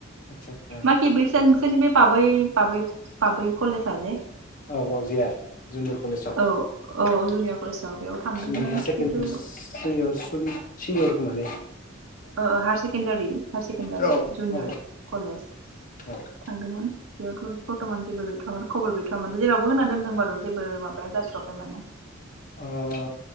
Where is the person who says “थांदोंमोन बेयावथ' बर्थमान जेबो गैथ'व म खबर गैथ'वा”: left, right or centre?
Right